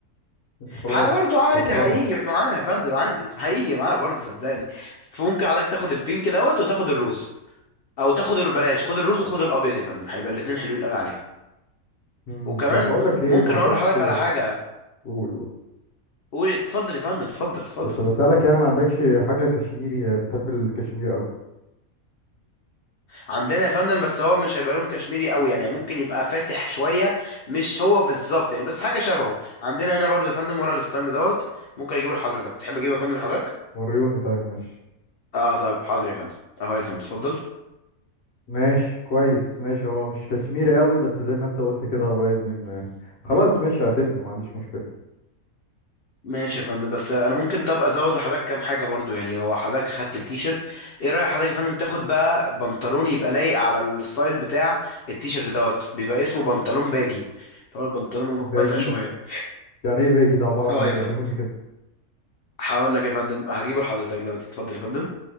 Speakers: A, on the left; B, on the left.
A: انت خلاص
B: ح- برضو عادي
A: تتخرج
B: هيجي معاه يا فندم عادي هيجي معاه برضو صدقني فممكن حضرتك تاخد البينك دوت وتاخد الروز او تاخد ال- بلاش خد الروز وخد الابيض يا فندم هيبقى الاتنين حلوين قوي عليها
A: امم
B: وكمان
A: طب بقول لك ايه
B: ممكن
A: ما عندكش
B: اقول لحضرتك على حاجه
A: قول قول.
B: قولي اتفضل يا فندم اتفضل اتفضل
A: كنت بسالك يعني ما عندكش حاجه كشميري بتحب الكشمير قوي
B: عندنا يا فندم بس هو مش هيبقى لون كشميري قوي يعني ممكن يبقى فاتح شويه مش هو بالظبط يعني بس حاجه شبهه عندنا هنا برضه يا فندم ورا الستاند دوت ممكن اجيبه لحضرتك تحب اجيبه يا فندم لحضرتك
A: وريوني طيب ماشي
B: اه طيب حاضر يا فندم اهو يا فندم اتفضل
A: ماشي كويس ماشي هو مش كشميري قوي بس زي ما انت قلت كده قريب منه يعني خلاص ماشي هعتمده ما عنديش مشكلة
B: ماشي يا فندم بس انا ممكن طب ازود لحضرتك كام حاجه برضو يعني هو حضرتك خدت التيشيرت ايه رايك حضرتك يا فندم تاخد بقى بنطلون يبقى لايق على الستايل بتاع التيشيرت دوت بيبقى اسمه بنطلون باجي اللي هو البنطلون
A: باجي
B: واسع شويه
A: يعني ايه باجي ده عبارة عن
B: اه
A: ايه
B: يا
A: وريهوني
B: فندم
A: كده
B: هقول لك يا فندم هجيبه لحضرتك دلوقتي اتفضل يا فندم